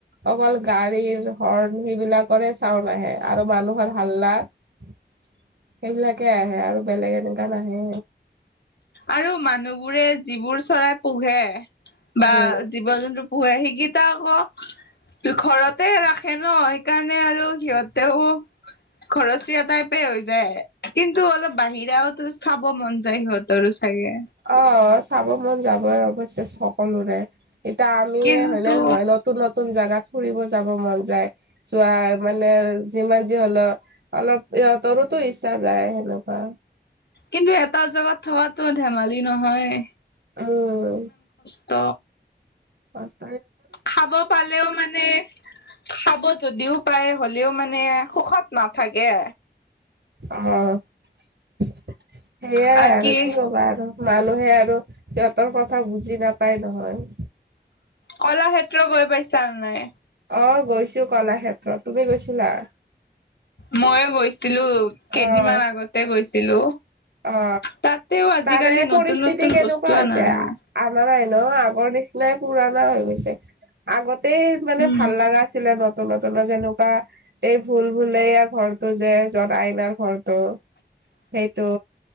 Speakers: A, on the right (about 65°); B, on the left (about 65°).
A: অকল গাড়ীৰ হৰ্ণ সেইবিলাকৰে চাউণ্ড আহে আৰু মানুহৰ হাল্লাৰ সেইবিলাকে আহে আৰু বেলেগ এনেকুৱা নাহে।
B: আৰু মানুহবোৰে যিবোৰ চৰাই পোহে
A: উম
B: বা জীৱ জন্তু পোহে শিকিটা আক ঘৰতে ৰাখে ন সেইকাৰণে আৰু সিহঁতেও খৰচীয়া টাইপে হৈ যায় কিন্তু অলপ বাহিৰাওতো চাব মন যাই সিহঁতৰো চাগে,
A: অ চাব মন যাবই অৱশ্যে সকলোৰে, এতিয়া আমিয়ে
B: কিন্তু
A: হয়নে নহয় নতুন নত- নতুন জাগাত ফুৰিব যাব মন যায় যোৱা মানে যিমান যি হলেও অলপ ইহঁতৰোতো ইচ্ছা যায় সেনেকুৱা
B: কিন্তু এটা জেগাত থোৱাতো ধেমালি নহয়।
A: মই
B: ত
A: বচ
B: খাব পালেও মানে খাব যদিও পায়। হ'লেও মানে সুখত নাথাকে?
A: অ সেইয়াই
B: বাকী
A: আৰু কি কবা আৰু। মানুহে আৰু সিহঁতৰ কথা বুজি নাপায় নহয়।
B: কলাক্ষেত্ৰ গৈ পাইছা নাই।
A: অ গৈছো কলাক্ষেত্ৰত তুমি গৈছিলা?
B: মইয়ে গৈছিলো কেইদিনমান
A: অ',
B: আগতে গৈছিলো?
A: অ
B: তাতেও আজিকালি
A: তাৰে পৰিস্থিতি
B: নতুন নতুন
A: কেনেকুৱা
B: বস্তু
A: হৈছে
B: অনা নাই
A: অনা নাই ন আগৰ নিচ- নাই পুৰণা হৈ গৈছে আগতেই মানে
B: উম
A: ভাল লগা আছিলে ন। নতু নতুন যেনেকুৱা এই ভুল ভুল ঘৰটো যে যত আইনাৰ ঘৰটো।
B: <inaudible>
A: সেইটো।